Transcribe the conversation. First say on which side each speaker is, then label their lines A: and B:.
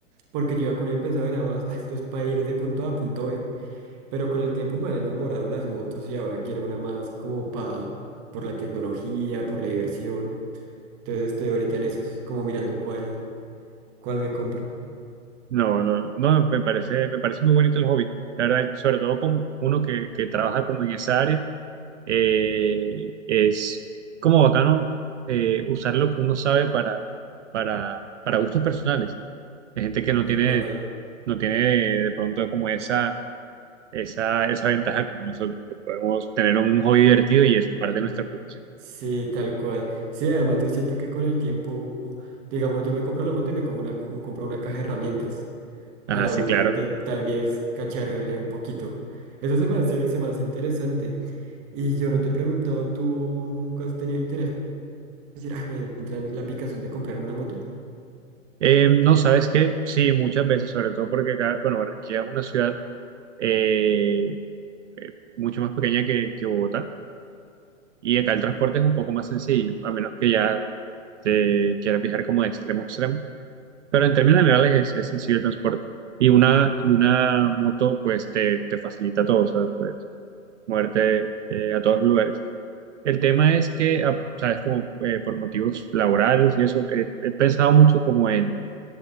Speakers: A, on the right; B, on the right.
A: Porque yo iba con el pensaba nada más, "Ah, esto es para ir de punto A a punto B. Pero con el tiempo me han enamorado las motos y ahora quiero una más como para, por la tecnología, por la diversión. Entonces estoy ahorita en esas, como mirando cuál, cuál me compro,
B: No, no, no, me parece, me parece muy bonito el hobby. La verdad, sobre todo con uno que, que trabaja como en esa área, eh, es como bacano eh, usar lo que uno sabe para, para, para gustos personales. Hay gente que no
A: tal
B: tiene,
A: cual.
B: no tiene de pronto como esa, esa, esa ventaja como nosotros, que podemos tener un hobby divertido y es parte
A: Ajá.
B: de nuestra profesión.
A: Sí, tal cual. Sí, además yo siento que con el tiempo, digamos, yo me compro la moto y me cojo una, un- compro una caja de herramientas
B: Ah,
A: para
B: sí,
A: uno
B: claro.
A: de, tal vez cacharrearle un poquito. Eso se me hace, se me hace interesante. Y yo no te he preguntado, ¿tú nunca has tenido interés en decir, ah, me entra en la picazón de comprarme una moto?
B: Eh, no, ¿sabes qué? Sí, muchas veces, sobre todo porque acá, bueno, Barranquilla es una ciudad eh, eh, mucho más pequeña que, que Bogotá y acá el transporte es un poco más sencillo, a menos que ya te quieras viajar como de extremo a extremo. Pero en términos generales es, es sencillo el transporte. Y una, y una moto, pues, te, te facilita todo, o sea, pues, muerte eh, a todos los lugares. El tema es que, ah, sabes, como eh, por motivos laborales y eso, eh, he pensado mucho como en,